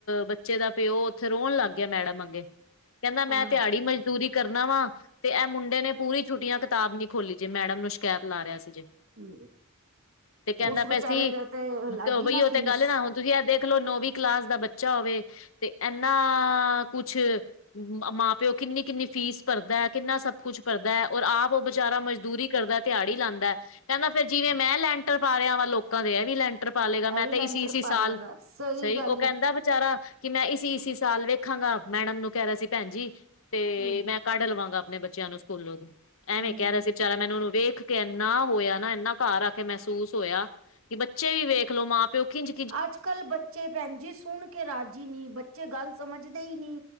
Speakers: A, on the left; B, on the right.
A: ਬੱਚੇ ਦਾ ਪਿਓ ਓਥੇ ਰੋਨ ਲੱਗ ਗਿਆ ਮੈੜਮ ਅੱਗੇ ਕਹਿੰਦਾ ਮੈਂ
B: ਹਾਂ
A: ਦੇਹਾੜੀ ਮਜਦੂਰੀ ਕਰਨਾ ਵਾ ਤੇ ਏ ਮੁੰਡੇ ਨੇ ਪੂਰੀ ਛੁੱਟੀਆਂ ਕਿਤਾਬ ਨੀ ਖੋਲੀ ਜੇ ਮੈੜਮ ਨੂੰ ਸ਼ਕੈਤ ਲਾ ਰਿਹਾ ਸੀ ਜੇ
B: ਹਮ
A: ਤੇ ਕਹਿੰਦਾ
B: ਉਸ
A: ਪਿਆ
B: ਵਿਚਾਰੇ
A: ਸੀ,
B: ਦੇ ਤੇ ਲੱਗ ਗਈ
A: ਬਈ
B: ਨਾ
A: ਓ
B: ਫੀਸ
A: ਤੇ ਗੱਲ ਨਾ ਹੁੰ ਤੂਸੀ ਐ ਦੇਖਲੋ ਨੌਵੀਂ ਕਲਾਸ ਦਾ ਬੱਚਾ ਹੋਵੇ ਤੇ ਇਨਾ, ਕੁਛ ਮਾਂ ਪਿਓ ਕਿੰਨੀ ਕਿੰਨੀ ਫ਼ੀਸ ਭਰਦਾ ਕਿੰਨਾ ਸਬ ਕੁਛ ਕਰਦਾ ਔਰ ਆਪ ਓ ਬਚਾਰਾ ਮਜ਼ਦੂਰੀ ਕਰਦਾ ਦਿਆੜੀ ਲਾਂਦਾ, ਕਹਿੰਦਾ ਫੇਰ ਜਿਵੇਂ ਮੈਂ ਲੈਂਟਰ ਪਾ ਰਿਹਾ ਵਾਂ ਲੋਕਾਂ ਦੇ ਏ ਵੀ ਲੈਂਟਰ ਲੈਟਰ ਪਾ ਲੇਗਾ
B: ਇਹ
A: ਮੈਂ
B: ਵੀ ਲੈਂਟਰ
A: ਤੇ ਇਸੀ ਇਸੀ
B: ਪਾ
A: ਸਾਲ
B: ਲਏਗਾ ਸਹੀ
A: ਸਈ
B: ਗੱਲ
A: ਓ ਕਹਿੰਦਾ ਬਚਾਰਾ ਕਿ ਮੈਂ ਇਸੀ ਇਸੀ ਸਾਲ ਵੇਖਾਂਗਾ ਮੈੜਮ ਨੂੰ ਕੈ ਰਿਹਾ ਸੀ ਭੈਣ ਜੀ ਤੇ
B: ਹਮ
A: ਮੈਂ ਕੱਢ ਲਵਾਂਗਾ ਅਪਣੇ ਬੱਚੇ ਬੱਚਿਆਂ ਨੂੰ ਸੂਕੂਲੋਂ ਦੀ, ਐਵੇਂ
B: ਹਮ
A: ਕਹਿ ਰਹੇ ਸੀ ਵਚਾਰਾ ਮੈਨੂੰ ਓਨੂੰ ਵੇਖ ਕੇ ਏਨਾ ਹੋਇਆ ਨਾ, ਏਨਾ ਘਾਰ ਆ ਕੇ ਮਹਿਸੂਸ ਹੋਇਆ ਕਿ ਬੱਚੇ ਵੀ ਵੇਖਲੋ ਮਾਂ ਪਿਓ ਕਿਂਜ
B: ਅੱਜਕੱਲ ਬੱਚੇ ਭੈਣ ਜੀ ਸੁਣ ਕੇ ਰਾਜੀ ਨੀ ਬੱਚੇ ਗੱਲ ਸਮਝਦੇ ਈ ਨੀ